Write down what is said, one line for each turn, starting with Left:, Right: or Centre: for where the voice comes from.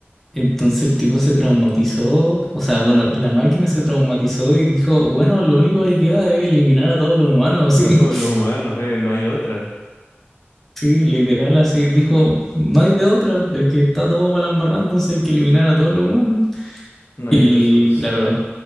Centre: Entonces el tipo se traumatizó, o sea, bueno, la máquina se traumatizó y dijo, bueno, lo único que queda es eliminar a todos los humanos,
Left: <laughs> A
Centre: sí, <laughs>
Left: todo lo humano, él, no hay otra.
Centre: sí, literal así, dijo, no hay de otra, es que está todo mal embarrado, entonces hay que eliminar a todos los humanos.
Left: No
Centre: Y
Left: hay otra solución.
Centre: claro,